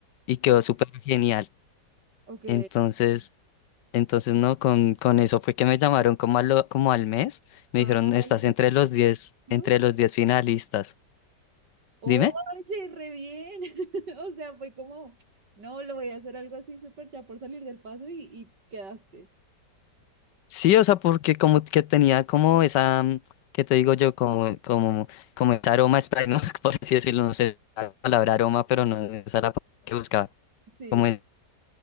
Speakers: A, on the left; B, on the right.
A: y quedó súper genial,
B: Ok.
A: entonces... Entonces, no, con, con eso fue que me llamaron como, a lo- como al mes. Me
B: Ay,
A: dijeron, estás entre los diez
B: yo-
A: entre los 10 finalistas.
B: Oye,
A: Dime.
B: re bien. <laughs> O sea, fue como, no, lo voy a hacer algo así súper ya por salir del paso y, y quedaste.
A: Sí, o sea, porque como que tenía como esa, mm, ¿qué te digo yo? Como, como, como ese aroma spray, ¿no? <laughs> Por así decirlo, no sé la palabra aroma, pero no es esa la palabra que buscaba.
B: Sí.
A: Como esa-